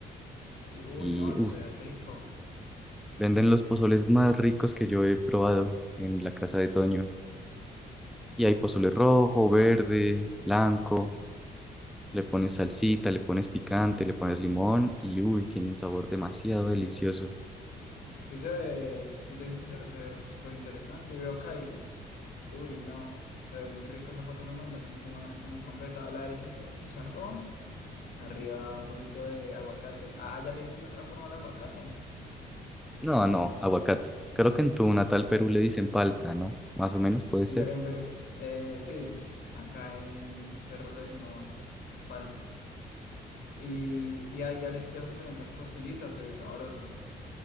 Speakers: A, on the left; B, in the centre.
A: Y, Uy,
B: Y
A: no, eso
B: uff,
A: se ve rico.
B: Venden los pozoles más ricos que yo he probado en la casa de Toño. Y hay pozole rojo, verde, blanco. Le pones salsita, le pones picante, le pones limón y uy, tiene un sabor demasiado delicioso.
A: Sí se ve, si te soy sincero, se ve súper interesante. Y veo acá y, uy, no, se ve muy rico esa foto que mandas. Encima está muy completa. A la derecha tiene chicharrón, arriba un poquito de aguacate. Ah, allá le dicen de otra forma al aguacate. En
B: No, no, aguacate. Creo que en tu natal Perú le dicen palta, ¿no? Más o menos puede
A: ve-
B: ser.
A: en ver- eh, sí, acá en Cerro le decimos palta. Y, y ahí a la izquierda se ven las tortillitas, se ve sabroso.